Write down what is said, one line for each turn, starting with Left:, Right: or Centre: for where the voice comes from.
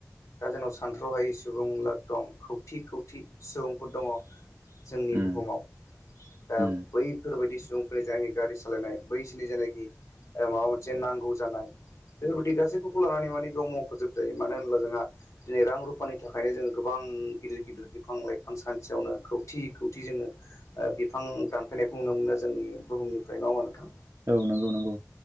Left: दा जोंनाव सानथ्र'हायै सुबुं लाख दं खौथि-खौथि सुबुंफोर दङ। जोंनि
Right: उम
Left: बुहुमाव दा।
Right: उम
Left: बैफोरबायदि सुबुंफोरनि जायनाखि गारि सालायनाय बैसिनि जेनाखि माबा मोनसे नांगौ जानाय बेफोरबायदि
Right: उम
Left: गासैफोरखौ लानानै माने बेयाव मखजोबजायो मानो होनो होमबा जोंहा दिनै रां रुफानि थाखायनो जों गोबां गिदिर गिदिर बिफां लाइफां सान्थियावनो खौथि खौथि जोङो ओ बिफां दानफायनायखौ नुनो मोनो जोंनि बुहुमनिफ्राय नङाओबा नोंथां?
Right: औ नंगौ नंगौ।